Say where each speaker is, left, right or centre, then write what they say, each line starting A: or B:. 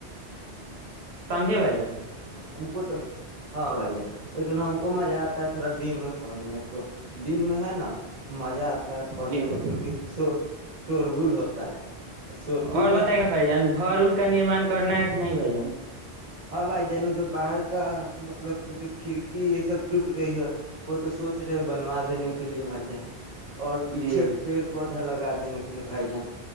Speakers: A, on the right (about 75°); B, on the right (about 45°).
A: سمجھے بھائی جان
B: ہم کو تو ہاں بھائی ج لیکن ہم کو مزہ آتا ہے تھوڑا دن میں پڑھنے کو دن میں ہے نا مزہ آتا ہے پڑھنے
A: جی
B: کو
A: بھائی جان
B: کیونکہ س شورگل ہوتا ہے شورگل
A: اور بتائیے
B: میں
A: نا بھائی جان گھر ار کا نرمان کرنا ہے کہ نہیں بھائی جان
B: ہاں بھائی جن جو باہر کا مطلب کی جو کھڑکی یہ سب ٹوٹ گئی ہے وہ تو سوچ رہے بنوا دینے کے لیے بھائی جان اور پیچھے
A: جی
B: پیڑ پودے پا لگا دینے کے لیے بھائی جان